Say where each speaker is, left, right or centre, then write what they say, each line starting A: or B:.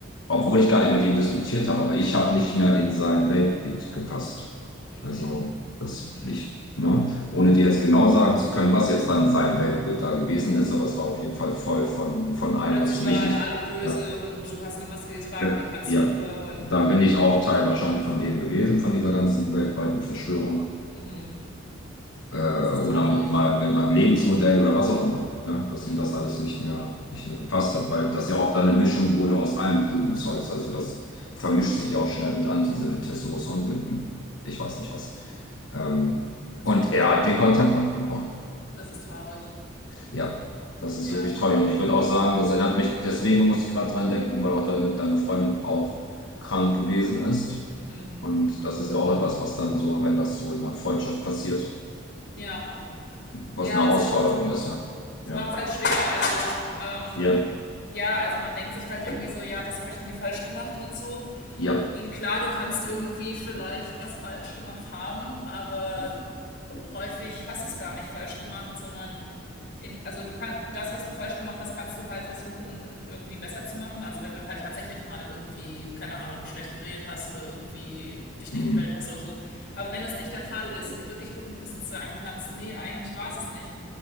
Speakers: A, on the left (about 70°); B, on the left (about 55°).
A: obwohl ich gar nicht mit ihm diskutiert habe, aber ich habe nicht mehr in sein Weltbild gepasst.
B: Mhm.
A: Also, das
B: Mhm.
A: ich, ne, ohne dir jetzt genau sagen zu können, was jetzt dann sein Weltbild da gewesen ist, aber es war auf jeden Fall voll von, von allem,
B: Plötzlich
A: was für
B: waren
A: mich nicht,
B: alle böse
A: ja,
B: und du hast eine Maske getragen,
A: äh,
B: wie kannst
A: ja,
B: du nur? Und
A: dann bin ich auch Teil wahrscheinlich von dem gewesen, von dieser ganzen weltweiten Verschwörung.
B: mhm.
A: äh,
B: Das ist
A: oder
B: traurig.
A: mit meinem, mit meinem Lebensmodell oder was auch immer. Ne?
B: Mhm.
A: Dass ihm das alles nicht mehr, nicht mehr gepasst hat, weil das ja auch dann eine Mischung wurde aus allem kruden Zeugs. Also das vermischt sich ja auch schnell mit Antisemitismus und mit, mit ich weiß nicht was. Ähm,
B: Das
A: und
B: ist ja echt
A: er
B: schlimm.
A: hat den Kontakt abgebrochen.
B: Das ist traurig.
A: Ja, das ist
B: Ja.
A: wirklich traurig. Und ich würde auch sagen, das erinnert mich, deswegen musste ich gerade dran denken, weil auch deine, deine Freundin auch krank gewesen ist.
B: Mhm.
A: Und das ist ja auch etwas, was dann so, wenn das so in einer Freundschaft passiert,
B: Ja.
A: was
B: Ja,
A: eine
B: das
A: Herausforderung
B: macht
A: ist. Ne?
B: es
A: Ja,
B: macht's halt schwer. Also, ähm,
A: ja,
B: ja, also man denkt sich halt irgendwie so, ja, was habe ich denn hier falsch gemacht und so.
A: ja.
B: Und klar, du kannst irgendwie vielleicht was falsch gemacht haben, aber häufig hast du es gar nicht falsch gemacht, sondern in, also du kannst das, was du falsch gemacht hast, kannst du halt versuchen, irgendwie besser zu machen. Also wenn du halt tatsächlich mal irgendwie, keine Ahnung, schlecht geredet hast oder irgendwie dich nicht
A: Hm.
B: gemeldet hast oder so. Aber wenn das nicht der Fall ist und du wirklich guten Gewissens sagen kannst, nee, eigentlich war es es nicht,